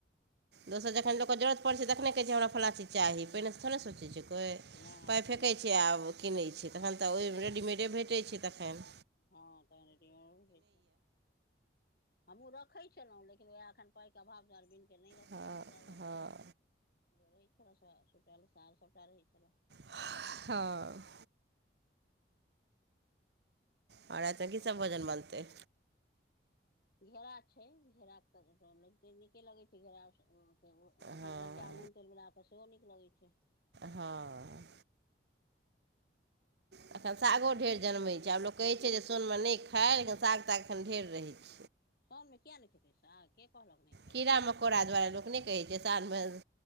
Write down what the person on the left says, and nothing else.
नहि
कोइ
नहि कोइ
हँ तऽ रेडीमेड मिलै छै। हमहूँ रखै छलहुँ, लेकिन याह पाइके के अभाव दुआरे बिन। के नहि रखै
छी, से गपछ
रहै छल, से सभ रहै छल।
घेरा छै, घेड़ा के तऽ नीके लगे छै घेरा। ओ एखन
कच्चा नून तेल मिला कऽ सेहो नीक लगै छै।
अच्छा
सावनमे कियाक नहि छै पैसाक? कहलक नहि खाइ